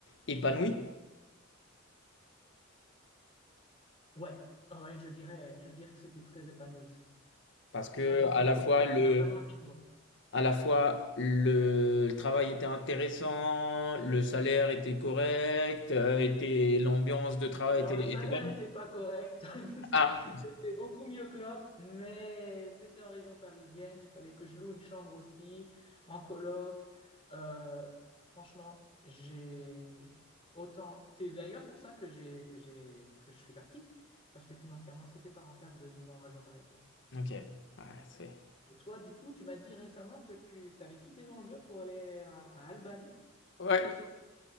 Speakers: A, on the left (about 60°); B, on the left (about 30°).
A: épanoui?
B: Ouais, ouais, je dirais, je dirais que c'était très épanouissant.
A: Parce
B: Vraiment,
A: que à
B: ouais,
A: la fois
B: ça, t'as,
A: le,
B: t'as vraiment mis le mot.
A: à la fois le, le travail était intéressant, le salaire était correct, euh, était l'ambiance de travail
B: Alors,
A: était,
B: le salaire
A: était bonne.
B: n'était pas correct. <laughs>
A: Ah,
B: C'était beaucoup mieux que l'autre, mais c'était en région parisienne. Il fallait que je loue une chambre aussi, en coloc. Euh, franchement, j'ai autant. C'est d'ailleurs pour ça que j'ai, que j'ai, que je suis partie parce que financièrement, c'était pas rentable de vivre en région parisienne.
A: ok. Ouais, c'est.
B: Et toi, du coup, tu m'as dit récemment que tu t'avais quitté ton job pour aller à, à Albanie.
A: Ouais.
B: Qu'est-ce que c'est que...